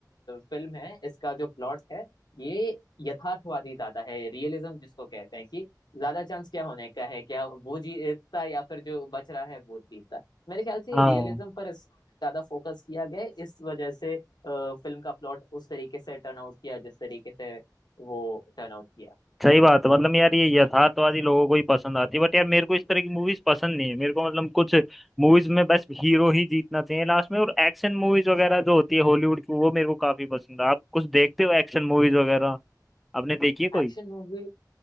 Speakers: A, on the left; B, in the centre.
A: फिल्म है इसका जो प्लॉट है ये यथार्थवादी ज्यादा है रियलिज्म जिसको कहते हैं कि ज्यादा चांस क्या होने का है क्या वो जीतता या फिर जो बच रहा है वो जीतता मेरे ख्याल से
B: हाँ
A: रियलिज्म पर इस- ज्यादा फोकस किया गया है। इस वजह से फिल्म का प्लॉट उस तरीके से टर्न आउट किया जिस तरीके से वो टर्न आउट किया
B: सही बात है मतलब यार ये यथार्थवादी लोगों को ही पसंद आती है बट यार मेरे को इस तरह की मूवीज पसंद नहीं है मेरे को मतलब कुछ मूवीज में बस हीरो ही जीतना चाहिए लास्ट में और एक्शन मूवीज वगैरह जो होती है हॉलीवुड की वो मेरे को काफी पसंद है आप कुछ देखते हो एक्शन मूवीज वगैरह आपने देखी है कोई
A: एक्शन मूवी